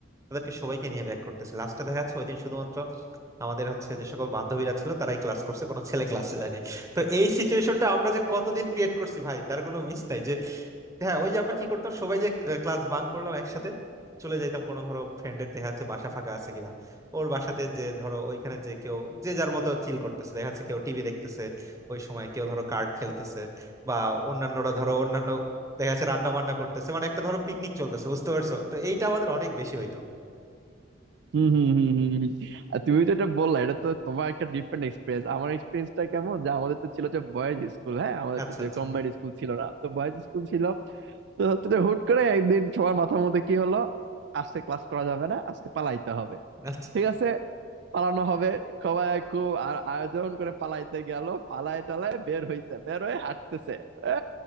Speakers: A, on the right (about 15°); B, on the right (about 60°).
A: তাদেরকে সবাইকে নিয়ে ব্যাক করতেছে লাস্টে দেখা যাচ্ছে ওই দিন শুধুমাত্র আমাদের হচ্ছে যে সকল বান্ধবীরা ছিল তারাই ক্লাস করছে কোনো ছেলে ক্লাসে যায়নি তো এই সিচুয়েশনটা আমরা যে কতদিন ক্রিয়েট করছি ভাই তার কোনো মিস নাই যে হ্যাঁ ওই যে আমরা কি করতাম সবাই যে ক্লাস বাঙ্ক করলাম একসাথে চলে যাইতাম কোনো ধরো ফ্রেন্ডের দেখা যাচ্ছে বাসা ফাঁকা আছে কিনা ওর বাসাতে যে ধরো ওইখানে যে কেউ যে যার মতো চিল করতেছে দেখা যাচ্ছে কেউ টিভি দেখতেছে ওই সময় কেউ ধরো কার্ড খেলতেছে বা অন্যান্যরা ধরো অন্যান্য দেখা যাচ্ছে রান্না বান্না করতেছে মানে একটা ধরো পিকনিক চলতেছে বুঝতে পারছো তো এইটা আমাদের অনেক বেশি হইতো
B: হম হম হম হম হম। আর তুমি তো এটা বললা এটা তো তোমার একটা ডিফারেন্ট এক্সপিরিয়েন্স আমার এক্সপিরিয়েন্সটা কেমন যে আমাদের তো ছিল যে বয়েজ স্কুল হ্যাঁ আমাদের
A: আচ্ছা
B: তো যে
A: আচ্ছা
B: কম্বাইন্ড স্কুল ছিল না তো বয়েজ স্কুল ছিল তো হচ্ছে যে হুট করে একদিন সবার মাথার মধ্যে কি হলো আজকে ক্লাস করা যাবে না আজকে পালাইতে হবে
A: আচ্ছা
B: ঠিক আছে পালানো হবে সবাই খুব আর আয়োজন করে পালাইতে গেল পালাই টালায় বের হইতে বের হয়ে হাঁটতেছে এ,